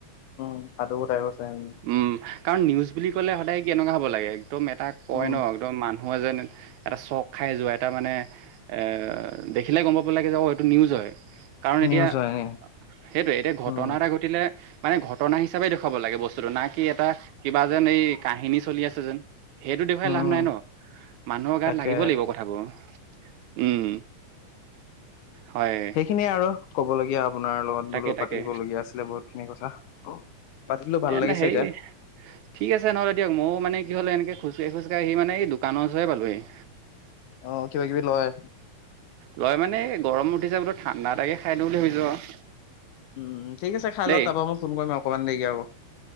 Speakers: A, on the left; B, on the right.
A: <unintelligible>
B: উম, কাৰণ নিউজ বুলি ক'লে সদায় কেনেকুৱা হ'ব লাগে, একদম এটা কয়
A: উম
B: ন' একদম মানুহ এ যেন এটা চক খাই যোৱা, এটা মানে এ দেখিলে গম পাব লাগে যে অহ এইটো নিউজ হয়। কাৰণ এতিয়া
A: নিউজ হয় নি?
B: সেইটয়ে, এতিয়া ঘটনা
A: উম
B: এটা ঘটিলে। মানে ঘটনা হিচাপে দেখুৱাব লাগে বস্তুটো, না কি এটা কিবা যেন এই কাহিনী চলি আছে যেন। সেইটো দেখুৱাই
A: উম
B: লাভ নাই ন' মানুহৰ গাত
A: তাকে
B: লাগিব লাগিব কথাবোৰ। উম। হয়
A: সেইখিনিয়ে আৰু কবলগীয়া। আপোনাৰ লগত
B: তাকে
A: বোলো,
B: তাকে
A: পাতিব লগীয়া আছিলে বহুতখিনি কথা। পাতিলো ভাল
B: তেন্ত
A: লাগিছে
B: হেৰি
A: এতিয়া
B: ঠিক আছে নহ'লে দিয়ক। মই মানে কি হ'লে এনেকে খোজকাঢ়ি-খোজকাঢ়িন আহি এই দোকানৰ ওচৰে পালোঁ আহি।
A: অহ, কিবা-কিবি লয়।
B: লয় মানে এই গৰম উঠিছে বোলো, ঠাণ্ডা এটাকে খাই দিওঁ বুলি ভাবিছোঁ আৰু।
A: উম, ঠিক আছে খাই
B: দেই
A: লওঁক, তাৰপৰা মই ফোন কৰিম অকমান দেৰিকে আৰু।